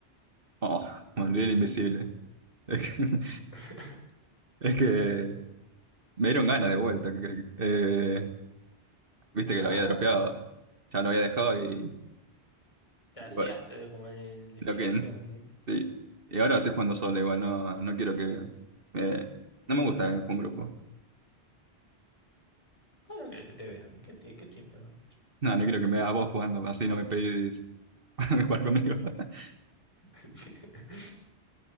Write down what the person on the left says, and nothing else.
<laughs>
Ah,
te
hacías
te- como el, exquisito.
¿no?
¿Cómo no querés que te vean? ¿Qué, te, qué tiene problema hay?
<laughs>